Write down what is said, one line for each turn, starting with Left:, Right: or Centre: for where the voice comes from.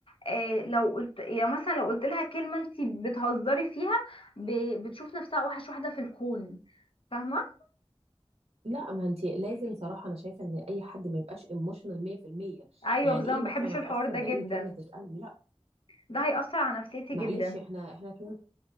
Left: آه، لو قلت يا مثلا لو قلت لها كلمه انت بتهزري فيها ب- بتشوف نفسها اوحش واحده في الكون فاهمه
Right: لأ، ما أنتِ لازم صراحة أنا شايفة إن أي حد ما يبقاش emotional 100%
Left: ايوه
Right: يعني
Left: بالظبط
Right: إيه
Left: ما
Right: مثلًا
Left: بحبش الحوار
Right: أتأثّر
Left: ده
Right: بأي
Left: جدا
Right: كلمة تتقال لي، لأ،
Left: ده هيأثر على نفسيتي
Right: معلش
Left: جدا
Right: إحنا إحنا 2